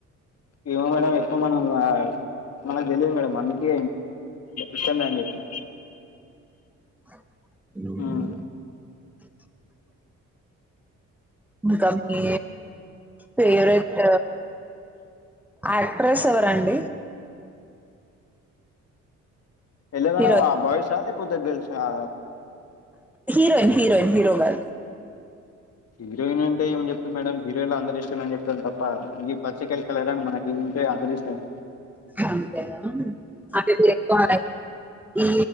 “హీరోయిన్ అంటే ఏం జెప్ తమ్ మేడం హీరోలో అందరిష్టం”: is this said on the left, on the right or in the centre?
Left